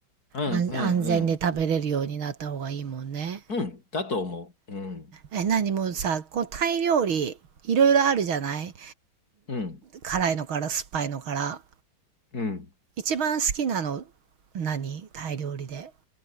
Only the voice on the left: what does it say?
うん、
うん。うん、だと思う。うん、
うん、
うん。